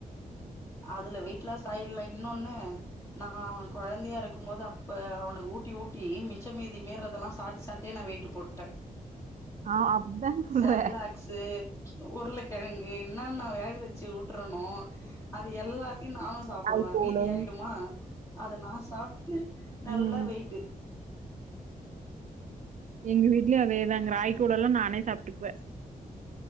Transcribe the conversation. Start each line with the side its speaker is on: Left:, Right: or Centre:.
Left: அதுல வெய்ட் லாஸ் ஆயற்லா இன்னோன்னு நா அவே கொழந்தையா இருக்கும் போது அப்ப அவனுக்கு ஊட்டி ஊட்டி மிச்ச மீதி மீறதல்லா சாப்ட்டு சாப்ட்டு டே நா வெய்ட்டு போட்டே
Right: ஆ அப்டிதான் சொல்றேன்.
Left: செர்லாக்ஸு உர்ள கெழங்கு என்னான்னா வேக வச்சு ஊட்றனோ அது எல்லா நானு சாப்டுவே
Right: ராய்கூலு
Left: மீதி ஆய்டுமா அத நா சாப்ட்டு நல்லா
Right: ம்.
Left: வெய்ட்டு
Right: எங்க வீட்லயு அதே தாங் ராகி கூழலா நானே சாப்ட்டுக்குவே